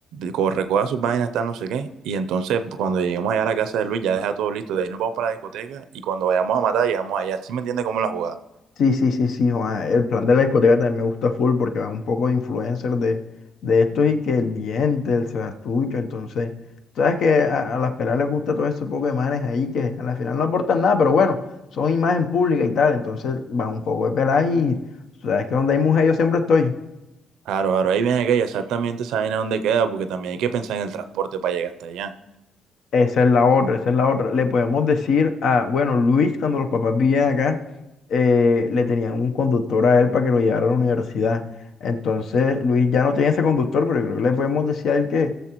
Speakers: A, on the right; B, on the left.
A: co- recoja sus vainas, tal, no sé qué. Y entonces, cuando lleguemos allá a la casa de Luis, ya deja todo listo. De ahí nos vamos para la discoteca y cuando vayamos a matar, llegamos allá. ¿Sí me entiende cómo es la jugada?
B: Sí, sí, sí, sí, Juan. El plan de la discoteca también me gusta full porque van un poco de influencers de, de estos y que el diente, el Sebastucho, entonces, sabes que a, a las peladas les gusta todo ese poco de manes ahí que a la final no aportan nada, pero bueno, son imagen pública y tal, entonces van un poco de peladas y sabes que donde hay mujeres yo siempre estoy.
A: Claro, claro, ahí viene aquella exactamente esa vaina dónde queda, porque también hay que pensar en el transporte para llegar hasta allá.
B: Esa es la otra, esa es la otra. Le podemos decir a, bueno, Luis, cuando los papás vivían acá, eh, le tenían un conductor a él para que lo llevara a la universidad. Entonces, Luis ya no tiene ese conductor, pero yo creo que le podemos decir a él que,